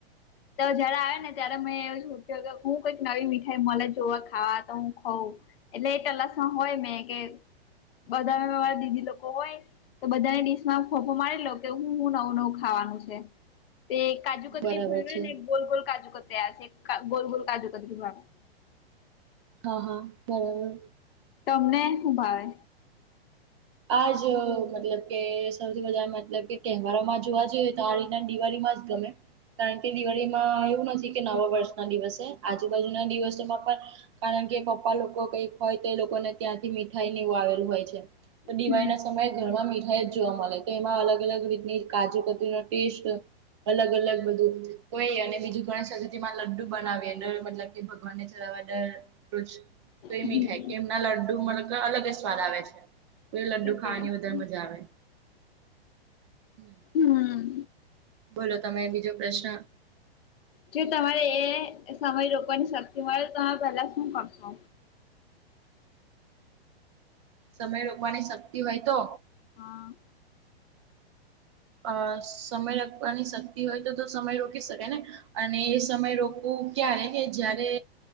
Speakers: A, on the left; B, on the right.
A: તો જયારે આવે
B: હા
A: ને
B: હા
A: ત્યારે
B: બરાબર
A: મે એવ હું કઈક નવી મીઠાઈ મને જોવા ખાવા તો હું ખઉં. એટલે એ તલાસમાં હોય મેં કે બધા મારા દીદી લોકો હોય. તો બધાની ડીશમાં ફોફ મારી લો કે હું હું નવું નવું ખાવાનું છે. તે કાજુ કતરી
B: બરાબર
A: ભાવે
B: છે
A: ને ગોલ ગોલ કાજુ કતરી ગોલ ગોલ કાજુ કતરી ભાવે.
B: હા હા બરાબર.
A: તમને શું ભાવે?
B: આજ મતલબ કે સૌથી વધધા મતલબ કે તહેવારોમાં જોવા જઈએ તો આ રીતના દિવાળીમાં તમે? કારણ કે દિવાળીમાં એવું નથી કે નવા વર્ષના દિવસે આજુબાજુના દિવસોમાં પણ. કારણ કે પપ્પા લોકો કઈક હોય તો એ લોકોને ત્યાંથી મીઠાઈને એવું આવેલું હોય છે. તો દિવાળીના
A: હમ
B: સમયે ઘરમાં મીઠાઈ જ જોવા મળે તો એમાં અલગ અલગ રીતની કાજુ કતરીનો ટેસ્ટ અલગ અલગ બધું તો એ અને બીજું ગણ સજ માં લડ્ડુ બનાવી મતલબ. એ ભગવાનને ચલાવા દરરોજ. તો એમ
A: હમ
B: થાય કે એમના લડ્ડુ મતલબ અલગ જ સ્વાદ આવે છે. કોઈ લડુ
A: સાચી
B: ખાવાની
A: વાત
B: વધારે
A: છે.
B: મજા આવે. હમ.
A: હમ
B: બોલો તમે બીજો પ્રશ્ન?
A: જો તમારે એ સમય રોકવાની શક્તિ મળે તો તમે પહેલા શું કરશો?
B: સમય રોકવાની શક્તિ હોય તો?
A: હા.
B: અ સમય લખવાની શક્તિ હોય તો તો સમય રોકી શકે ને. અને એ સમય રોકવું ક્યારે કે, જારે